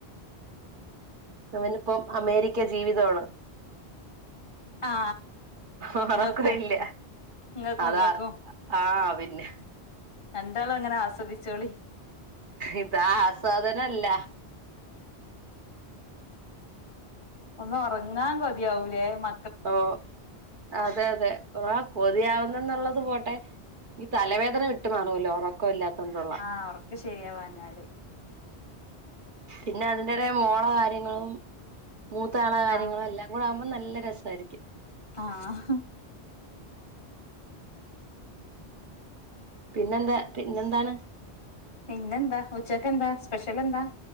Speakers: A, on the right; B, on the left.
A: അവനിപ്പോം അമേരിക്ക ജീവിതമാണ്
B: ആ
A: ഉറക്കം
B: ഇങ്ങക്കും
A: ഇല്ല
B: ഇങ്ങക്കും
A: അതാ
B: ഇങ്ങക്കും
A: ആഹ പിന്നെ
B: എന്താളും അങ്ങനെ ആസ്വദിച്ചോളി
A: ഇതാ ആസ്വാദനല്ല
B: ഒന്ന് ഉറങ്ങാൻ കതിയാവൂലേ മ
A: ഓ അതെ അതെ ഒ കൊതിയാവുന്നെന്നുള്ളത് പോട്ടെ ഈ തലവേദന വിട്ടു മാറുമല്ലോ ഉറക്കമ ഇല്ലാത്തോണ്ടള്ളൂ
B: ആഹ ഉറക്ക ശെരിയാവാഞ്ഞാല്
A: പിന്നെ അതിന്റേടെ മോള കാര്യങ്ങളും മൂത്താള കാര്യങ്ങളും
B: ആ
A: എല്ലാം കൂടെ ആകുമ്പോൾ നല്ല രസമായിരിക്കും
B: ആഹ്
A: പിന്നെന്താ പിന്നെ എന്താണ്
B: നിന്നെന്താ ഉച്ചക്ക് എന്താ സ്പെഷ്യൽ എന്താ